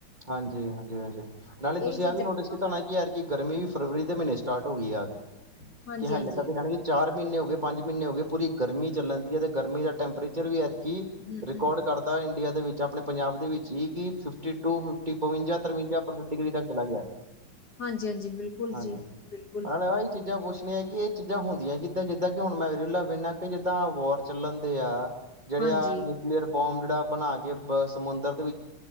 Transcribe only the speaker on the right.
ਹਾਂਜੀ- ਹਾਂਜੀ- ਹਾਂਜੀ ਨਾਲੇ
ਤੁਸੀਂ
ਆਹ ਵੀ ਨੋਟਿਸ
ਕੀਤਾ
ਹੋਣਾ
ਕਿ ਯਾਰ ਕਿ ਗਰਮੀ ਵੀ ਫਰਵਰੀ ਦੇ ਮਹੀਨੇ ਚ ਸਟਾਰਟ ਹੋ ਗਈ ਆ ਕੇ।
ਕੀ ਹਾਲੇ
ਤੱਕ ਜਾਣਗੇ? ਚਾਰ ਮਹੀਨੇ ਹੋ ਗਏ ਪੰਜ ਮਹੀਨੇ ਹੋ ਗਏ ਪੂਰੀ ਗਰਮੀ ਚੱਲਣਦੀ ਹੈ ਅਤੇ ਗਰਮੀ ਦਾ ਟੈਂਪਰੇਚਰ ਵੀ ਹੈ। ਕੀ
ਰਕਾਰਡ
ਕਰਦਾ ਇੰਡੀਆ ਦੇ ਵਿੱਚ ਆਪਣੇ ਪੰਜਾਬ ਦੇ ਵਿੱਚ ਹੀ ਕਿ ਫਿਫਟੀ। ਟੂ ਫਿਫਟੀ, ਬਵੰਜਾ, ਤਰਵੰਜਾ ਡਿਗਰੀ ਤੱਕ ਚਲਾ ਗਿਆ।
ਹਾਂਜੀ।
ਨਾਲ ਆਹੀ ਚੀਜ਼ਾਂ ਪੁੱਛਣੀਆਂ ਹੈ। ਕਿ ਇਹ ਚੀਜ਼ਾਂ ਹੁੰਦੀਆਂ ਕਿੱਦਾਂ ਜਿੱਦਾਂ। ਕਿ ਹੁਣ ਮੈਂ ਵੀੇਰਲਾ ਵੇਂਨਾ ਪਿਆ। ਕਿ ਜਿੱਦਾਂ ਵੋਰ ਚੱਲਣਦੇ ਆ। ਜਿਹੜੇ
ਆ ਨਿਊਕਲੀਅਰ ਬੋਬ ਜਿਹੜਾ ਬਣਾ ਕੇ ਸਮੁੰਦਰ ਦੇ।